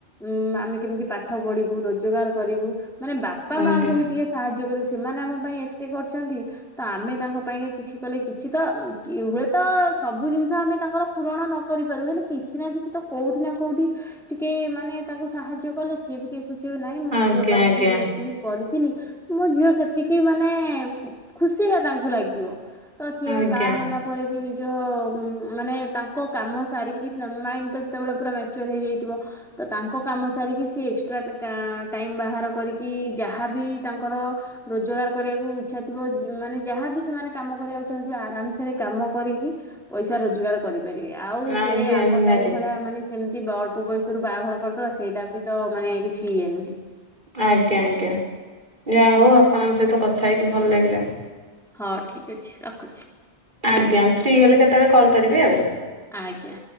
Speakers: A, in the centre; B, on the right.
A: ଉଁ ଆମେ କେମିତି ପାଠ ପଢିବୁ ରୋଜଗାର କରିବୁ। ମାନେ ବାପା
B: ଆଜ୍ଞା
A: ମାଙ୍କୁ ବି ଟିକେ ସାହାଯ୍ୟ କରିବେ ସେମାନେ ଆମ ପାଇଁ ଏତେ। ଏତେ କରିଛନ୍ତି ତ ଆମେ ତାଙ୍କ ପାଇଁକା କିଛି କଲେ କିଛି ତ। କି ହୁଏତ ସବୁ ଜିନିଷ ଆମେ ତାଙ୍କର ପୂରଣ ନ କରିପାରୁ ହେଲେ କିଛି ନା କିଛି ତ। କୋଉଠି ନା କୋଉଠି ଟିକେ ମାନେ। ତାକୁ ସାହାଯ୍ୟ କଲେ ସି ବି ଟିକେ ଖୁସି ହ ନାହିଁ ମୋ
B: ଆଜ୍ଞା
A: ଝିଅ ପାଇଁ
B: ଆଜ୍ଞା
A: କି ମୁଁ ଏତିି - କରିଥିଲି ମୋ ଝିଅ ସେତିକି ମାନେ ଖୁସିଟା ତାଙ୍କୁ ଲାଗିବ ତ ସିଏ
B: ଆଜ୍ଞା
A: ବାହା ହେଲା ପରେ ବି ନିଜ ମାନେ ତାଙ୍କ କାମ ସାରିକି ମାଇଣ୍ଡ ତ ସେତେବେଳେ ପୁରା ମ୍ୟାଚର ହେଇଯାଇଥିବ ତ ତାଙ୍କ କାମ ସାରିକି ସି ଏକ୍ସଟ୍ରା ଟାଇମ୍ ବାହାର କରିକି ଯାହାବି ତାଙ୍କର ରୋଜଗାର କରିବାକୁ ଇଚ୍ଛା ଥିବ ମାନେ ଯାହାବି ସେମାନେ କାମ କରିବାକୁ ଚାହୁଁ ଥିବେ ଆରାମସରେ କାମ କରିକି ପଇସା ରୋଜଗାର କରିିବେ ଆଉ ସେ
B: ଆଜ୍ଞା
A: ଆଗ
B: ନିହାତି।
A: ଟାଇମ୍ ଭଳିଆ ମାନେ ସେମିତି ଅଳ୍ପ ବୟସରୁ ବାହାଘର କରିଦେବା ସେଇଟା ବି ତ ମାନେ କିଛି ଇଏ ନୁହେଁ
B: ଆଜ୍ଞା ଆଜ୍ଞା ଯାହା
A: ହୁଁ।
B: ହଉ ଆପଣଙ୍କ ସହିତ କଥା ହେଇକି ଭଲ ଲାଗିଲା
A: ହଁ ଠିକ୍ ଠିକ ଅଛି ରଖୁ
B: ଆଜ୍ଞା ଫ୍ରି ହେଲେ କେତେବେଳେ କଲ୍ କରିବେ ଆଉ
A: ଆଜ୍ଞା